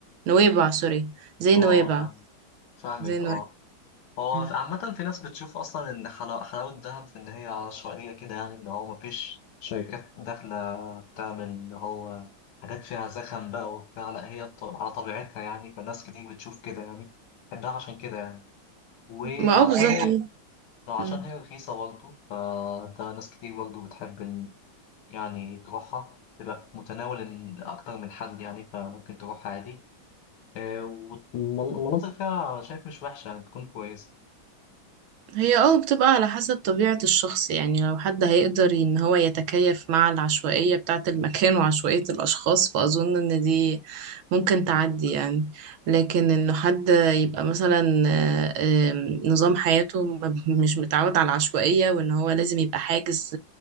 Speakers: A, on the right (about 80°); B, on the left (about 85°).
A: نويبع سوري زي
B: اه
A: نويبع
B: اه فاهم فاهمك
A: زي نويبع
B: اه هو
A: مم.
B: في- عامة في ناس بتشوف أصلا إن حلاوة حلاوة دهب في إن هي عشوائية كده يعني اللي هو مفيش شركات داخلة بتعمل اللي هو حاجات فيها زخم بقى وبتاع لا هي ط- على طبيعتها يعني فناس كتير بتشوف كده يعني بحبها عشان كده يعني وعشان
A: ما اه بالظبط
B: هي لو عشان
A: مم.
B: هي رخيصة برضه فده ناس كتير برضه بتحب إن- يعني تروحها تبقى في متناول إن أكتر من حد يعني فممكن تروحها عادي آه، المن- والمناطق مناطق فيها شايف مش وحشة يعني بتكون كويسة
A: هي اه بتبقى على حسب طبيعة الشخص يعني لو حد هيقدر ان هو يتكيف مع العشوائية بتاعة المكان <laughs> وعشوائية الاشخاص فاظن ان دي ممكن تعدي يعني لكن انه حد يبقى مثلا آه، آه، نظام حياته ما- مش متعود على العشوائية وان هو لازم يبقى حاجز